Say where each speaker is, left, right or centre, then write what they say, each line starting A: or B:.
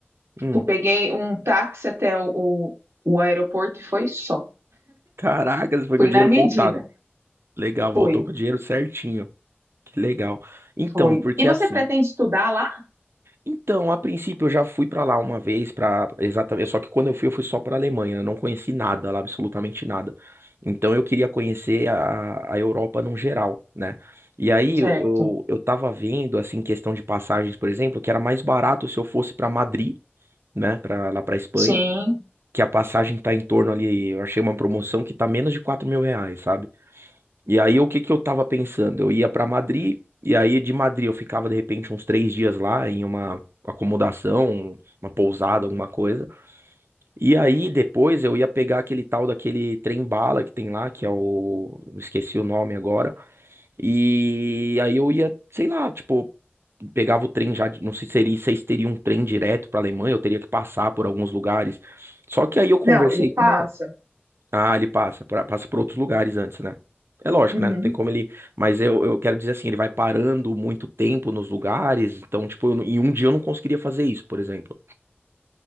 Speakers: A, on the right; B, on the right.
A: Hum.
B: Tipo, peguei um táxi até o, o o aeroporto e foi só.
A: Caracas, foi
B: Fui
A: com o dinheiro
B: na medida.
A: contado. Legal, voltou
B: Fui,
A: com o dinheiro certinho. Que legal. Então,
B: fui.
A: porque
B: E você
A: assim,
B: pretende estudar lá?
A: Então, a princípio eu já fui pra lá uma vez para exatamente, só que quando eu fui eu fui só pra Alemanha, eu não conheci nada lá, absolutamente nada. Então eu queria conhecer a, a Europa num geral, né? E aí
B: Certo.
A: eu, eu, eu tava vendo assim questão de passagens, por exemplo, que era mais barato se eu fosse pra Madrid, né, para lá pra Espanha,
B: Sim.
A: que a passagem tá em torno ali, eu achei uma promoção que tá menos de quatro mil reais, sabe? E aí, o que que eu tava pensando? Eu ia pra Madrid, e aí de Madrid eu ficava de repente uns três dias lá em uma acomodação, uma pousada, alguma coisa. E aí depois eu ia pegar aquele tal daquele trem-bala que tem lá, que é o. Esqueci o nome agora. E aí eu ia, sei lá, tipo, pegava o trem já, de- não sei se seria, se teria um trem direto pra Alemanha, eu teria que passar por alguns lugares. Só que aí eu conversei
B: Não, ele passa.
A: com uma ah, ele passa, por- passa por outros lugares antes, né? É lógico,
B: Uhum.
A: né? Não tem como ele. Mas eu, eu quero dizer assim, ele vai parando muito tempo nos lugares. Então, tipo, eu não- em um dia eu não conseguiria fazer isso, por exemplo.